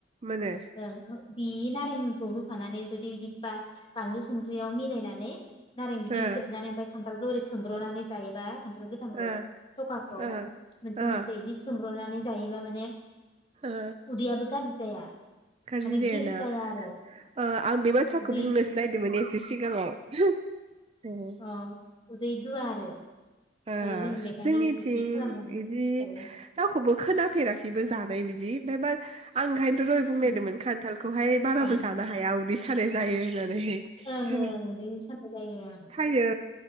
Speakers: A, on the right; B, on the left.
A: मोनो
B: ओं उ बि नारेंखौ होफानानै जुदि बि बा-बानलु संख्रियाव मिलायनानै नारें बिदै
A: ओ
B: सेबनानै ओमफ्राय खान्थाल दौरि सोमब्र'नानै जायोबा खान्थाल गोथांखौ
A: ओ
B: थखाखौ
A: ओ
B: मोनसे
A: ओ
B: मोनसे बिदि सोम ब्रनानै जायोबा माने
A: ओ
B: उदैयाबो गाज्रि जाया
A: गाज्रि
B: माने
A: जाया
B: गेस
A: ना।
B: आरो
A: अ ओ आं बे बाथ्राखौ
B: उदै
A: बुंनोसो नायदोंमोन एस <unintelligible> सिगाङाव <unintelligible> ओम
B: अ उदै दुवा आरो ओमफ्राय
A: ओ
B: जों बेखायनो
A: जोंनिथिं
B: बिदि खालामनानै
A: बिदि
B: जायो
A: रावखौबो खोनाफेराखैबो जानाय बिदि जि नबा आं ओंखायथ'ज मोन
B: ओं
A: खान्थालखौहाय बाराबो
B: ओं
A: जानो हाया उदै सा सानाय जायो। होननानै।
B: ओं ओं दैनो साननाय जायो आं
A: सायो